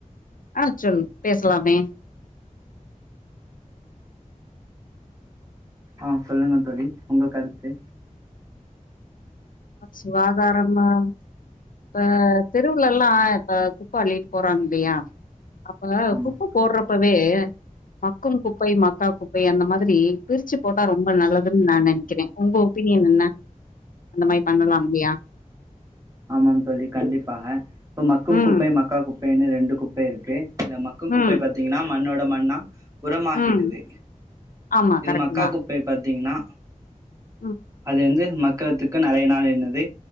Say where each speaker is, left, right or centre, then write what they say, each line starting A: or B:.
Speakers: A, on the left; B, on the right.
A: ஆ சொல் பேசலாமே
B: ஆ சொல்லுங்க தோழி உங்க கருத்து
A: சுகாதாரம்மு இப்ப தெருவுலல்லா இப்ப குப்ப அள்ளிட் போறாங்கல்லியா அப்ப
B: ஆமாம்
A: குப்ப போட்றப்பவே மக்கும் குப்பை மக்கா குப்பை அந்த மாதிரி பிரிச்சு போட்டா ரொம்ப நல்லதுன் நா நெனைக்கிறே உங்க ஒப்பீனியன் என்ன? இந்த மாரி பண்ணலாம் இல்லியா
B: ஆமாம் தோழி கண்டிப்பாக இப்ப மக்கும்
A: ம்
B: குப்பை மக்கா குப்பைனு ரெண்டு குப் பை இருக்கு இல்ல மக்கும் குப்பை
A: ம்
B: பாத்தீங்கன்னா மண்ணோட மண்ணா உரமாகிடுது
A: ம் ஆமா
B: இது
A: கரெக்ட்
B: மக்கா
A: தா
B: கு ப்பைய பாத்தீங்னா
A: ம்
B: அது வந்து மக் குறதுக்கு நறைய நாள் என்னது